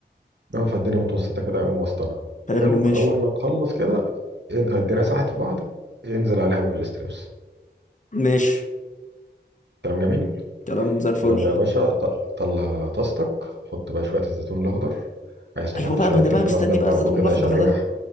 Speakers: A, on the right (about 75°); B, on the left (about 45°).
A: اه فالدنيا متوسطه كده قوم وسطنا
B: حلو
A: حلو
B: ماشي
A: اول ما تخلص كده ان- الدنيا ساحت في بعض انزل عليها بالاستريبس
B: ماشي
A: كلام جميل
B: كلام زي الفل
A: يلا يا باشا ط- طلع طاستك حط بقى شويه الزيتون الاخضر عايز تحط
B: ايوه بقى
A: شويه
B: ما انا
A: فلفل
B: بقى مستني
A: اخضر
B: بقى
A: برضو
B: الزيتون
A: كده
B: الاخضر
A: شرايح
B: ده